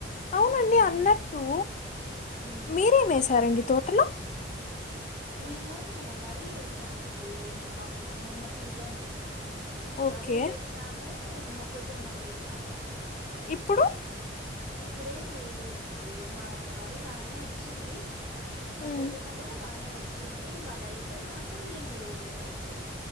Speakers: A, on the left; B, on the right.
A: అవునండి
B: ఉమ్
A: అన్నట్టు
B: ఉమ్
A: మీరే వేసి వేసారండి తోటలో
B: మేము వరి వేసామండి మొన్న సీజను
A: ఓకే
B: వరి వేసాము హుమ్మ్ మొక్కజొన్న వేసాము.
A: ఇప్పుడు
B: ఇప్పుడేం వేయ్ లేదండి, మా వరి బానే వచ్చింది. మొక్కజొన్న
A: హ్మ్.
B: గూడ బానే వ చ్చింది. ఇంక అది అయిపొయినాక యేం వేయలేదండి.